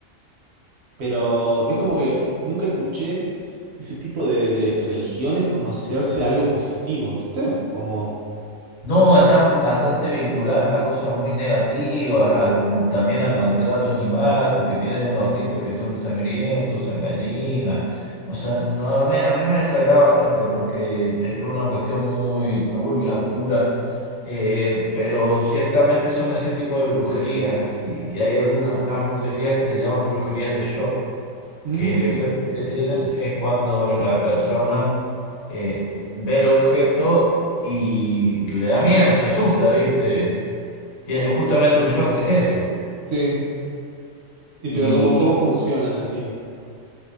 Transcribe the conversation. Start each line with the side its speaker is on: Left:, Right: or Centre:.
Right: Pero es como que nunca escuché ese tipo de, de religiones como asociarse a algo positivo, ¿viste? Como.
Left: No, están bastante vinculadas a cosas muy negativas, al- también al maltrato animal, porque tienen unos ritos que son sangrientos, sangallinas. O sea, no, a mí, a mí me desagrada bastante porque esto es una cuestión muy turbia, oscura, eh, pero ciertamente son ese tipo de brujerías, así. Y hay algunas unas brujerías que se llaman brujerías de shock
Right: mm,
Left: que el efecto
Right: eh,
Left: que tienen es cuando la persona eh, ve el objeto y le da miedo, se asusta, ¿viste? Tiene justamente un shock, es eso.
Right: Sí. Y
Left: Y,
Right: pero como, ¿cómo funcionan en sí?